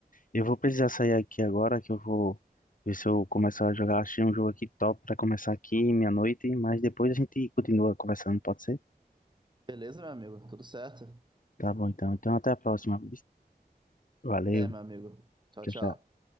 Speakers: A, on the left; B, on the right.
A: Eu vou precisar sair aqui agora, que eu vou ver se eu começo a jogar. Achei um jogo aqui top pra começar aqui meia-noite, mas depois a gente continua conversando, pode ser?
B: Beleza, meu amigo? Tudo certo?
A: Tá bom, então. Então até a próxima. Valeu.
B: Até, meu amigo. Tchau,
A: Tchau,
B: tchau.
A: tchau.